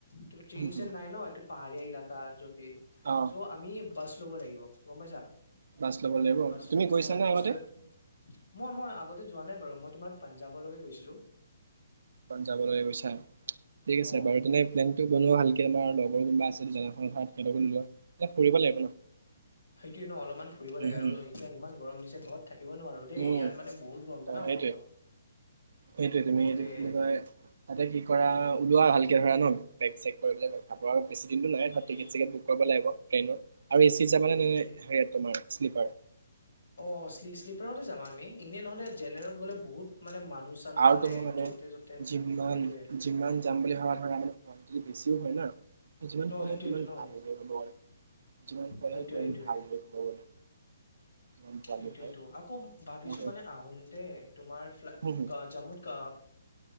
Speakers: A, on the left; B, on the right.
A: কিবা ট্ৰেইন
B: উম
A: চ্ৰেইন
B: হুম
A: নাই নয় এইটো পাহাৰীয়া এলেকা য'ত।
B: অ
A: চ' আমি বাছ ল'ব লাগিব গম পাইছা।
B: বাছ ল'ব লাগিব
A: বাছ
B: তুমি গৈছানে
A: অ, বাছলৈ
B: আগতে
A: মই - মই আগতে যোৱা নাই বাৰু মই তোমাৰ পাঞ্জাৱলৈকে গৈছিলো।
B: পঞ্জাবলৈকে গৈছা ঠিক আছে
A: অ
B: বাৰু তেনে প্লেনটো বনোৱা ভালকে আমাৰ লগৰ কোনোবা আছে <unintelligible> লাগিব ন
A: সেইটো ন অলপমান ফুৰিব
B: উম
A: লাগে আৰু
B: উম
A: এতিয়া ইমান গৰম দিছে ঘৰত। থাকিব নোৱাৰো দেই
B: উম
A: ইয়াত মানে বহুত গৰম জানা
B: অ সেইটোৱে
A: অসমত।
B: সেইটোৱে তুমি
A: সেইটোয়ে
B: কি বুলি কয় তাতে কি কৰা ওলোৱা ভালকে ধৰা ন বেগ চেগ। বেছি দিনটো নাই ধৰা
A: সেই
B: টিকট চিকেট বুক কৰিব লাগিব ট্ৰেইনৰ আৰু এ
A: সেই-
B: চিত যাবানে।
A: সেইটোয়ে
B: <unintelligible> নে শ্লিপাৰ।
A: অ, শ্লিপাৰতে যাম আমি ইনে নহ'লে। জেনেৰেলত গ'লে বহুত মানে মানুহ চানুহ
B: আৰু তুমি মানে
A: য'তে ত'তে
B: যিমান
A: সেইটোয়ে
B: - যিমান যাম বুলি ভাবা। ধৰা <unintelligible> যদি বেছিও হয় ন। যিমান
A: ন'
B: পাৰে
A: সেইটোয়েতো
B: সিমান
A: ন'
B: ভালদৰে ক'ব পাৰে - যিমান পাৰে
A: সেইটোয়ে
B: সিমান
A: সেইটোয়ে
B: ভালদৰে ক'ব গলে। যিমান পোৱালি
A: সেইটোৱেতো
B: হয়
A: আকৌ ভাবিছো
B: হম
A: মানে আহোতে তোমাৰ ফ্লা
B: হম
A: জম্মুত।